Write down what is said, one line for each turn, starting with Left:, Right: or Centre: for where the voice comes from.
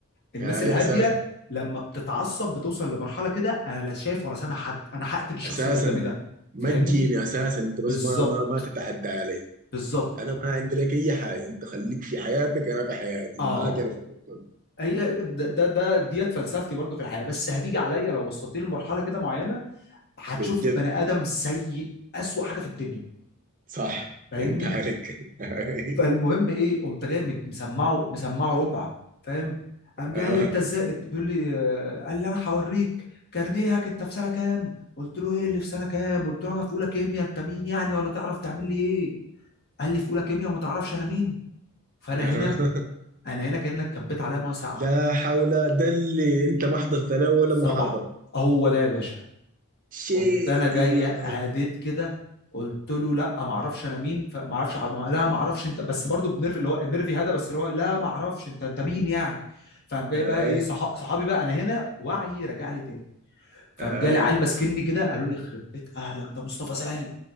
Left: الناس
Right: هاي
Left: الهاديه
Right: اساسا
Left: لما بتتعصب بتوصل لمرحله كده انا لا شايف ولا سامع حد انا هقتل الشخص
Right: اساسا
Left: اللي قدامي ده
Right: ما
Left: فاهمني
Right: تجيني اساسا انت بس
Left: بالظبط
Right: ما ما ما تتعدى علي
Left: بالظبط
Right: انا ما عندي لك اي حاجه انت خليك في حياتك انا في حياتي
Left: اه
Right: معاك انا في المكتب
Left: هي ده ده ده- ديت فلسفتي برضو في الحياه بس هتيجي عليا لو وصلتني لمرحله كده معينه هتشوف
Right: بجد
Left: بني ادم سيء اسوأ حاجه في الدنيا
Right: صح
Left: فاهمني
Right: انت عليك <laughs> <laughs> هاي.
Left: فالمهم ايه قمت جاي مد- مسمعه مسمعه ربع فاهم قام جاي
Right: آه.
Left: قال لي انت ازاي بيقول لي آه، قال لي انا هوريك كارنيهك انت في سنه كام قلت له ايه اللي في سنه كام قلت له انا في اولى كيمياء انت مين يعني ولا تعرف تعمل لي ايه قال لي في اولى كيمياء وما تعرفش انا مين فانا
Right: آه.
Left: هنا انا هنا كانك كبيت عليا ميه ساقعه
Right: لا حول ده اللي انت ما حضرت له ولا
Left: صباح
Right: محاضرة
Left: هو ده يا باشا
Right: شيت
Left: قمت انا جاي
Right: يا
Left: هديت
Right: مان
Left: كده قلت له لا ما اعرفش انا مين فما اعرفش ح- ما- لا ما اعرفش انت بس برضو بنرفي اللي هو النرفي هذا بس اللي هو لا ما اعرفش انت انت مين يعني فقام جاي
Right: اي
Left: بقى ايه صح... صحابي بقى انا هنا وعي رجع لي تاني فقام
Right: اي
Left: جالي عيال ماسكني كده قالوا لي يخرب بيت اهلك ده مصطفى سالم